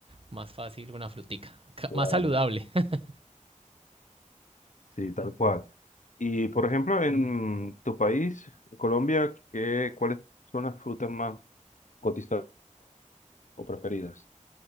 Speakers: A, on the right; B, on the left.
A: Más fácil una frutica, ca-
B: Claro.
A: más saludable. <laughs>
B: Sí, tal cual. Y por ejemplo, en tu país, en Colombia, ¿qué, cuáles son las frutas más cotizadas o preferidas?